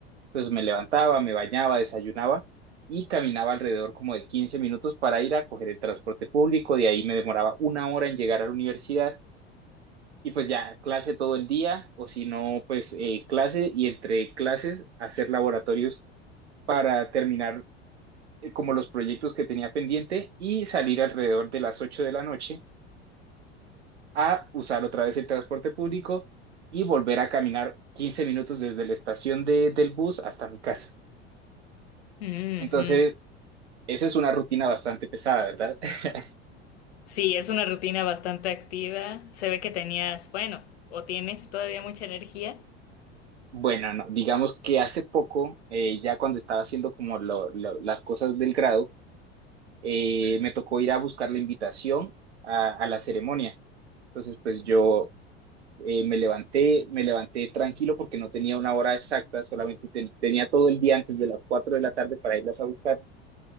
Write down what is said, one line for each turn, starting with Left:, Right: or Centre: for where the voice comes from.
Right: Entonces me levantaba, me bañaba, desayunaba y caminaba alrededor como de 15 minutos para ir a coger el transporte público. De ahí me demoraba una hora en llegar a la universidad y pues ya, clase todo el día, o si no, pues eh, clase y entre clases hacer laboratorios para terminar eh, como los proyectos que tenía pendiente y salir alrededor de las 8 de la noche a usar otra vez el transporte público y volver a caminar 15 minutos desde la estación de- del bus hasta mi casa.
Left: Ujú.
Right: Entonces, esa es una rutina bastante pesada, ¿verdad? <laughs>
Left: Sí, es una rutina bastante activa. Se ve que tenías, bueno, o tienes todavía mucha energía.
Right: Bueno, no, digamos que hace poco, eh, ya cuando estaba haciendo como lo- lo- las cosas del grado, eh, me tocó ir a buscar la invitación a, a la ceremonia. Entonces, pues yo eh, me levanté, me levanté tranquilo porque no tenía una hora exacta, solamente ten- tenía todo el día antes de las 4 de la tarde para irlas a buscar.